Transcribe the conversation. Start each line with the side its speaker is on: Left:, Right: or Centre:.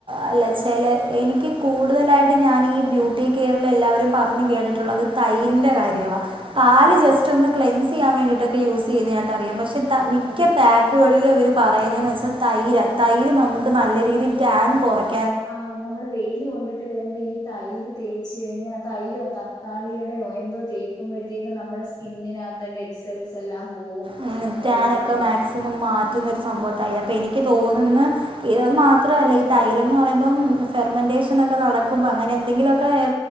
Right: അല്ലച്ചേൽ എനിക്ക് കൂടുതലായിട്ട് ഞാൻ ഈ ബ്യൂട്ടി കെയറിൽ എല്ലാവരും പറഞ്ഞ് കേട്ടിട്ടുള്ളത് തൈരിന്റെ കാര്യവാ പാല്
Left: ഓ
Right: ജസ്റ്റ് ഒന്ന്.. ക്ലെൻസ് ചെയ്യാൻ വേണ്ടിട്ടൊക്കെ യൂസ് ചെയ്യുന്നതായിട്ട അറിയാം പക്ഷേ മിക്ക
Left: ഓ
Right: പാക്കുകളിൽ അവർ പറയുന്നതെന്ന് വെച്ചാൽ തൈര തൈര് നമുക്ക് നല്ല രീതിയിൽ ടാൻ കുറയ്ക്കും.
Left: ആഹ് നമ്മള് വെയില് കൊണ്ടിട്ട് വരുമ്പോ ഈ തൈര് തേച്ച് കഴിഞ്ഞാ ആ തൈരോ തക്കാളിയുടെയോ എന്തോ തേക്കുമ്പോഴത്തേക്കും നമ്മുടെ സ്കിന്നിനകത്ത് ഡെഡ് സെൽസ് എല്ലാം പോവും
Right: ഉം റ്റാനൊക്കെ
Left: ഓ എന്താ പറയും
Right: മാക്സിമം മാറ്റുന്നൊ ഒരു സംഭവത്തായില്ല
Left: ആഹ് ആഹ്
Right: അപ്പൊ എനിക്ക് തോന്നുന്ന ഇ അത് മാത്രല്ല ഈ തൈരൻ എന്ന് പറയുമ്പോം ഫെർമെന്റേഷൻ ഒക്കെ നടക്കുമ്പോ അങ്ങനെ എന്തെങ്കിലുക്കെ